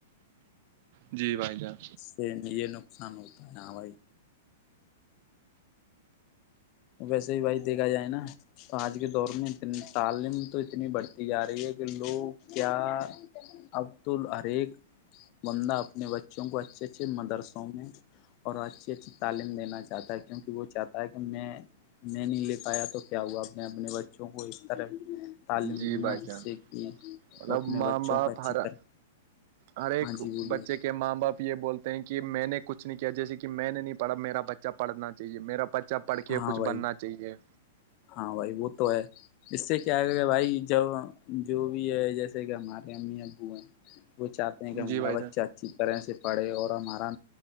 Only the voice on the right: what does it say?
جی بھائی جان
جی
بھائی
جان
مطلب
ماں
باپ
ہر
ہر ایک
بچے کے ماں باپ یہ بولتے ہیں کہ میں نے کچھ نہیں کیا جیسے کہ میں نے نہیں پڑا میرا بچہ پڑھنا چاہیے میرا بچہ پڑھ کے
کچھ
بننا چاہیے
جی بھائی جان